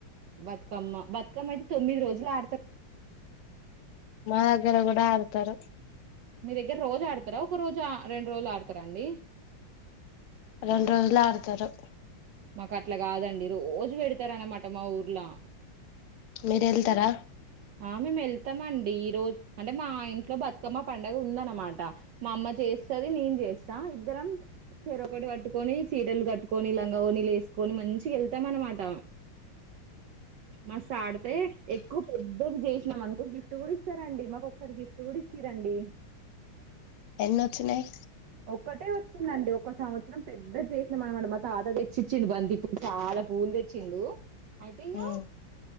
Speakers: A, on the right; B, on the left.
A: బతుకమ్మ బతుకమ్మ అయితే తొమ్మిది రోజులు ఆ
B: మాదగ్గర కూడా ఆడతరు
A: మీ దగ్గర రోజు ఆడురు ఒక రోజు రెండు రోజులు ఆడతారండి
B: రొండు రోజులు ఆడతారు
A: మాకు అట్లా కాదండి రోజు పెడతారనమాట మా ఊర్లా
B: మీరు ఎళ్తారా
A: ఆ మేము ఎల్తమండి రోజు అంటే మా ఇంట్లో బతుకమ్మ పండగ ఉందనమాట మా అమ్మ చేస్తది నేను చేస్ స్త ఇద్దరం చెరోకటి పట్టుకొని చీరలు కట్టుకొని లం గౌనీలు ఏసుకొని మంచిగ ఎళ్తాం అన్నమాట మస్ ఆడితే ఎక్కువ పెద్దది చేసినాం అన్ గిఫ్ట్ కూడా ఇస్తారండి మాకు ఒకసారి గిఫ్ట్ కూడా ఇచ్చిరండి
B: ఎన్నొచ్చినయి
A: ఒక్కటే వచ్చిందండి ఒక సంవత్సరం పెద్ద చేసినం అనమాట మా తాతది తెచ్చిచ్చిండు బంతిపుడు చాలా పూలు తెచ్చిండు అయితే ఇకా
B: ఉమ్